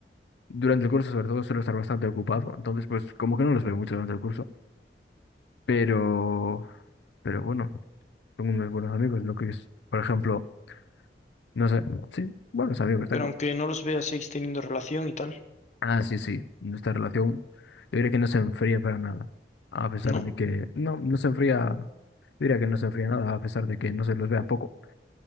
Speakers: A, on the left (about 80°); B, on the left (about 40°).
A: durante el curso sobre todo suelo estar bastante ocupado, entonces pues como que no los veo mucho durante el curso, pero, pero bueno, tengo unos buenos amigos, lo que es, por ejemplo, no sé, sí, buenos amigos
B: Pero
A: tengo.
B: aunque no los veas, seguís teniendo relación y tal,
A: Ah, sí, sí, nuestra relación, yo diría que no se enfría para nada, a pesar
B: ¿no?
A: de que, no, no se enfría, yo diría que no se enfría nada, a pesar de que no se los vea poco.